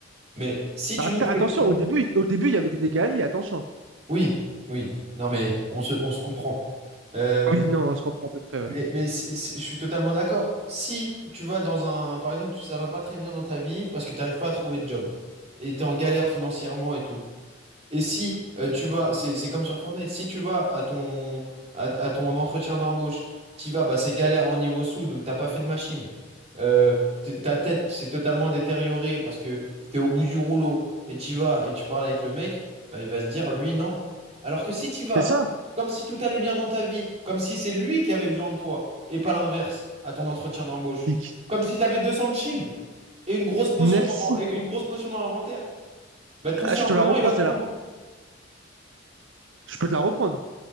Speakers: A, on the right; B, on the right.
A: Mais si
B: Après,
A: tu montres
B: attention,
A: que t'es-
B: au début, au début, il y avait des dégâts alliés, attention.
A: oui, oui. Non mais on se, on se comprend. Euh,
B: Oui, non, on se comprend à peu près,
A: Mais,
B: ouais.
A: mais c'est- c'est- je suis totalement d'accord. Si tu vas dans un, par exemple, tu- ça va pas très bien dans ta vie parce que tu n'arrives pas à trouver de job et tu es en galère financièrement et tout, et si euh, tu vas, c'est c'est comme sur Fortnite, si tu vas à ton, à, à ton entretien d'embauche, tu vas, bah, c'est galère en niveau sous, donc t'as pas fait de machine. Euh, t- ta tête s'est totalement détériorée parce que t'es au bout du rouleau et tu vas et tu parles avec le mec, bah, il va se dire, lui, non. Alors que si tu vas,
B: C'est ça?
A: comme si tout allait bien dans ta vie, comme si c'est lui qui avait besoin de toi et pas l'inverse à ton entretien d'embauche,
B: Dick.
A: comme si t'avais 200 de shield et une grosse potion
B: Merci.
A: dans, et une grosse potion dans l'inventaire, bah, tout
B: Ah,
A: simplement,
B: je te la reprends,
A: il va
B: c'est
A: te prendre.
B: là Je peux te la reprendre.